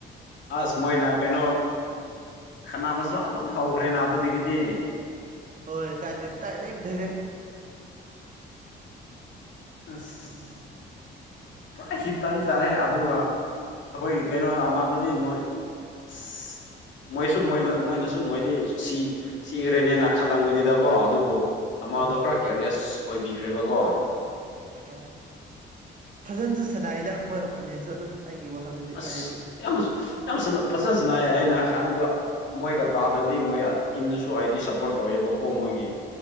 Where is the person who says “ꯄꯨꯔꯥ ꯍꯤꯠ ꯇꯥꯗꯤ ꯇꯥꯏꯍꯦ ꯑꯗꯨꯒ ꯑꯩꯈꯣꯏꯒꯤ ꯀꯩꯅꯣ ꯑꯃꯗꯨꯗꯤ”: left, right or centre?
Left